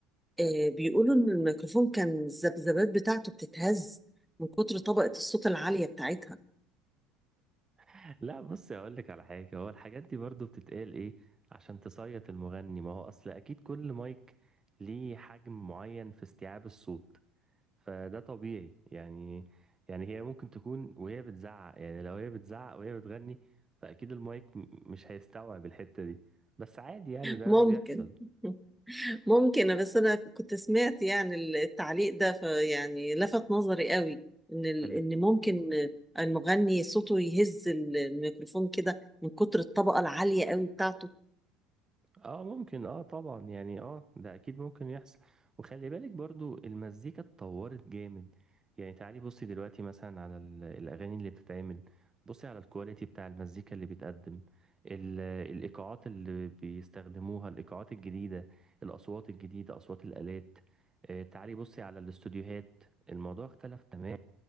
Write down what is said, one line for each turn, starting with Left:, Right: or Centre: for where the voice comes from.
Centre: آه بيقولوا ان الميكروفون كان الذبذبات بتاعته بتتهز من كتر طبقة الصوت العالية بتاعتها
Right: <laughs> لا بصي هقول لك على حاجة هو الحاجات دي برضو بتتقال إيه عشان تصيط المغني ما هو أصل أكيد كل مايك ليه حجم معين في استيعاب الصوت فده طبيعي يعني يعني هي ممكن تكون وهي بتزعق يعني لو هي بتزعق وهي بتغني فأكيد المايك م- مش هيستوعب الحتة دي بس عادي يعني ده
Centre: ممكن
Right: بيحصل
Centre: <laughs> ممكن بس انا كنت سمعت يعني التعليق ده فيعني لفت نظري قوي ان ال-
Right: خلي
Centre: ان ممكن المغني صوته يهز الميكروفون كده من كتر الطبقة العالية قوي بتاعته
Right: اه ممكن اه طبعا يعني اه ده اكيد ممكن يحصل وخلي بالك برضو المزيكا اتطورت جامد يعني تعالي بصي دلوقتي مثلا على ال- الاغاني اللي بتتعمل بصي على الكواليتي بتاع المزيكا اللي بيتقدم ال- الايقاعات اللي بيستخدموها الايقاعات الجديدة الاصوات الجديدة اصوات الالات آه تعالي بصي على الاستوديوهات الموضوع اختلف تماما